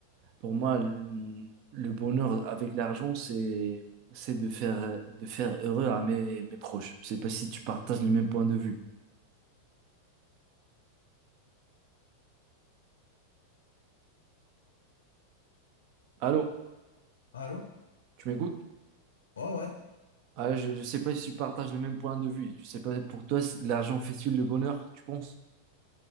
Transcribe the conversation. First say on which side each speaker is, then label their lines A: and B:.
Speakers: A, on the right; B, on the left.
A: Pour moi, le le bonheur avec l'argent, c'est c'est de faire de faire heureux à mes, mes proches. Je sais pas si tu partages le même point de vue. Allô,
B: Allô?
A: tu m'écoutes?
B: Ouais, ouais.
A: Ah, je, je sais pas si tu partages le même point de vue. Je sais pas pour toi, si l'argent fait-il le bonheur, tu penses?